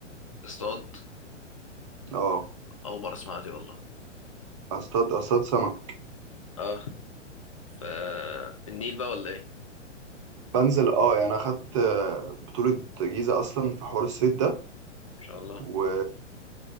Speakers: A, on the left (about 30°); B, on the right (about 25°).
A: اصطاد
B: اه
A: أول مرة أسمعها دي والله
B: اصطاد اصطاد سمك
A: اه ف في النيل بقى ولا إيه؟ إن
B: بنزل اه يعني انا اخدت آه، بطولة جيزة اصلا في حوار الصيد ده
A: شاء الله إن
B: و...